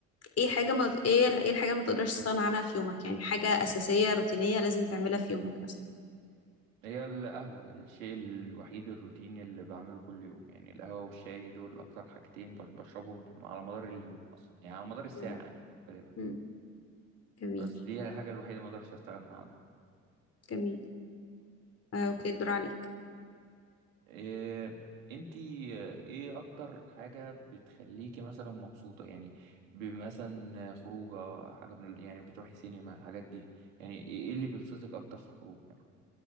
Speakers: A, on the left (about 35°); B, on the right (about 75°).
A: ايه حاجة ما ايه ايه الحاجة اللي ما تقدرش تستغنى عنها في يومك يعني حاجة أساسية روتينية لازم تعملها في يومك مثلا
B: هي القهوة الشيء الوحيد الروتيني اللي بعمله كل يوم يعني القهوة والشاي دول أكتر حاجتين بش- بشربهم على مدار اليوم أصلا يعني على مدار الساعة
A: مم.
B: غالبا
A: مم. جميل
B: بس دي هي الحاجة الوحيدة ما أقدرش أستغنى عنها
A: جميل آه، اوكي الدور عليك
B: إيه انتي ايه اكتر حاجة بتخليكي مثلا مبسوطة يعني بمثلا خروجة حاجة من ال- يعني بتروحي سينما الحاجات دي يعني ايه إيه اللي بيبسطك اكتر في الخروج يعني